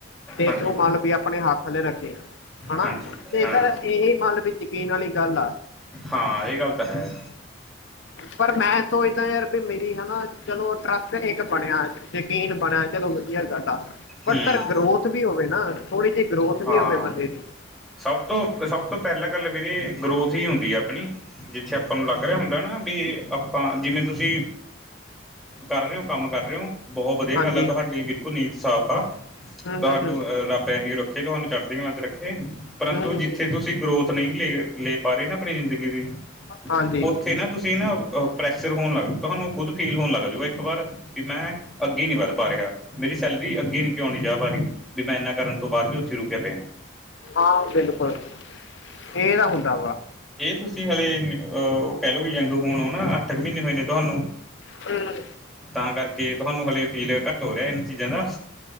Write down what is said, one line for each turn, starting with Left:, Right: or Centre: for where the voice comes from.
Left: ਤੇ
Centre: ਹਾਂਜੀ
Left: ਤੂੰ ਮਲ ਵੀ ਆਪਣੇ ਹੱਥ ਥੱਲੇ ਰੱਖੇ, ਹਨਾ
Centre: ਹਾਂਜੀ
Left: ਤੇ
Centre: ਹਾਂ
Left: ਸਰ ਇਹੀ ਮੰਨ ਵੀ ਯਕੀਨ ਵਾਲੀ ਗੱਲ ਆ
Centre: ਹਾਂ ਇਹ ਗੱਲ ਤਾਂ ਹੈ।
Left: ਪਰ ਮੈਂ ਸੋਚਦਾ ਯਾਰ ਪੀ ਮੇਰੀ ਹਨਾ, ਚਲੋ ਟਰੱਸਟ ਇੱਕ ਬਣਿਆਂ। ਯਕੀਨ ਬਣਿਆ ਚਲੋ ਵਧੀਆ ਗੱਲ ਆ, ਪਰ
Centre: ਹੂੰ
Left: ਸਰ ਗਰੋਥ ਵੀ ਹੋਵੇ ਨਾ। ਥੋੜ੍ਹੀ ਜਿ ਗਰੋਥ ਵੀ
Centre: ਹਾਂ
Left: ਹੋਵੇ ਬੰਦੇ ਦੀ।
Centre: ਸਭ ਤੋਂ, ਸਭ ਤੋਂ ਪਹਿਲਾਂ ਗੱਲ ਵੀਰੇ ਗਰੋਥ ਈ ਹੁੰਦੀਂ ਆ ਆਪਣੀਂ। ਜਿੱਥੇ ਆਪਾਂ ਨੂੰ ਲੱਗ ਰਿਆ ਹੁੰਦਾ ਨਾ ਬੀ ਆਪਾਂ ਜਿਵੇਂ ਤੁਸੀਂ ਕਰ ਰੇ ਔ ਕੰਮ ਕਰ ਰੇ ਔ, ਬਹੁਤ ਵਧੀਆਂ
Left: ਹਾਂਜੀ
Centre: ਗੱਲ਼ ਹੈ ਤੁਹਾਡੀ ਬਿਲਕ ਨੀਤ ਸਾਫ਼ ਆ,
Left: ਹੂੰ
Centre: ਤੁਹਾਂਨੂੰ
Left: ਹੂੰ ਹੂੰ
Centre: ਅ ਰੱਬ ਐਮੇ ਰੱਖੇਂ ਤੁਹਾਂਨੂੰ ਚੜ੍ਹਦੀ ਕਲਾਂ ਚ ਰੱਖੇ। ਪਰੰਤੂ
Left: ਹੂੰ ਹੂੰ
Centre: ਜਿੱਥੇ ਤੁਸੀਂ ਗਰੋਥ ਨਹੀਂ ਲੇ- ਲੇ ਪਾ ਰਹੇਂ ਨਾ ਆਪਣੀਂ ਜ਼ਿੰਦਗੀ ਦੀ
Left: ਹਾਂਜੀ
Centre: ਉੱਥੇ ਨਾ ਤੁਸੀਂ ਨਾ ਪ੍ਰੈਸ਼ਰ ਹੋਣ ਲੱਗ, ਤੁਹਾਂਨੂੰ ਖੁਦ ਫੀਲ ਹੋਣ ਲੱਗਜੂਗਾ ਇੱਕ ਵਾਰ ਬੀ ਮੈਂ ਅੱਗੇ ਨੀਂ ਵੱਧ ਪਾ ਰਿਹਾ, ਮੇਰੀ ਸੈਲਰੀ ਅੱਗੇ ਵੀ ਕਿਉਂ ਨੀਂ ਜਾ ਪਾ ਰਹੀ, ਬੀ ਮੈਂ ਏਨਾਂ ਕਰਨ ਤੋਂ ਬਾਅਦ ਵੀ ਚ ਰੁਕਿਆ ਪਿਆ।
Left: ਹਾਂ ਬਿਲਕੁਲ, ਏ ਤਾਂ ਹੁੰਦਾ ਵਾ।
Centre: ਏ ਤੁਸੀਂ ਹਾਲੇ ਅਹ ਕਹਿ ਲਓ ਵੀ ਯੰਗ ਹੋਣ ਹੋ ਨਾ, ਅੱਠ ਕੁ ਮਹੀਨੇ ਹੋਏ ਨੇ ਤੁਹਾਂਨੂੰ।
Left: <unintelligible>
Centre: ਤਾਂ ਕਰਕੇ ਤੁਹਾਂਨੂੰ ਹਲੇੇ ਫੀਲ ਘੱਟ ਹੋ ਰਿਹਾਂ, ਇਹਨਾਂ ਚੀਜ਼ਾਂ ਦਾ।